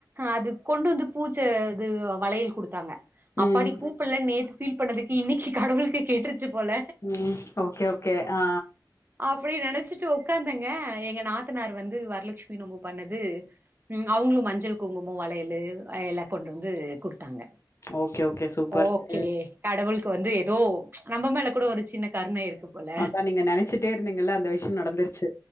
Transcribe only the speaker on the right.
அது கொண்டு வந்து பூஜ இது வளையல் குடுத்தாங்க
அப்பாடி கூப்பல்ல நேத்து ஃபீல் ப் பண்ணதுக்கு இன்னிக்கு கடவுளுக்கு கேட்ரிச்சி போல
அப்பிடி நெனச்சிட்டு உக்காந்தங்க எங்க நாத்தனார் வந்து வரலட்சுமி நோம்பு பண்ணது ம் அவுங்களு மஞ்சள் குங்குமோ வளையலு அ எல்லா கொண்டு வந்து குடுத்தாங்க
ஓகே
கடவுளுக்கு வந்து எதோ நம்ம மேல கூட ஒரு சின்ன கருணை இருக்கு போல